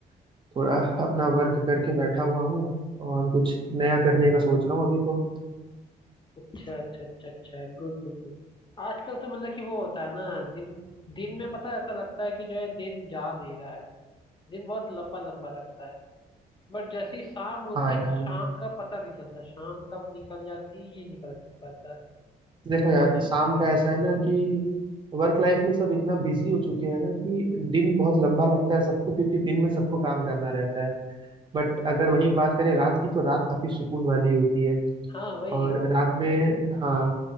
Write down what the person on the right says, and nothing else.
थोड़ा अपना वर्क करके बैठा हुआ हूँ और कुछ नया करने का सोच रहा हूँ अभी तो
हाँ
यार
देखो यार
शाम
का ऐसा है ना कि वर्क लाइफ में सब इतना बिजी हो चुके हैं ना कि दिन बहुत लंबा लगता है सबको क्योंकि दिन में सबको काम करना रहता है बट अगर वहीं बात करें रात की तो रात काफी सुकून वाली होती है
और रात में हाँ